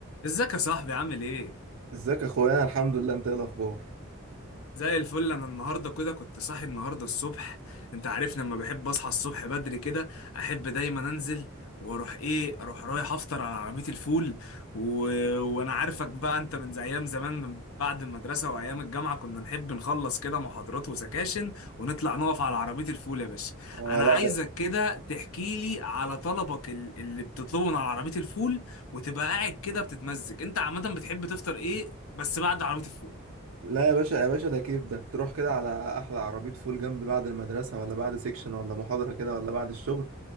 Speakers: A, on the left (about 75°); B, on the right (about 70°).
A: ازيك يا صاحبي عامل ايه؟
B: ازيك يا اخويا أنا الحمد لله انت ايه الاخبار
A: زي الفل انا النهارده كده كنت صاحي النهارده الصبح انت عارفني لما بحب اصحى الصبح بدري كده احب دايما انزل واروح ايه اروح رايح افطر على عربيه الفول و... وانا عارفك بقى انت من زي ايام زمان من بعد المدرسه وايام الجامعه كنا نحب نخلص كده محاضرات وسكاشن ونطلع نقف على عربيه الفول يا باشا
B: اه
A: انا
B: لا
A: عايزك
B: ده
A: كده تحكي لي على طلبك ال- اللي بتطلبه من على عربيه الفول وتبقى قاعد كده بتتمزج انت عامه بتحب تفطر ايه بس بعد عربيه الفول
B: لا يا باشا يا باشا ده كيف ده تروح كده على احلى عربيه فول جنب بعد المدرسه ولا بعد سيكشن ولا محاضره كده ولا بعد الشغل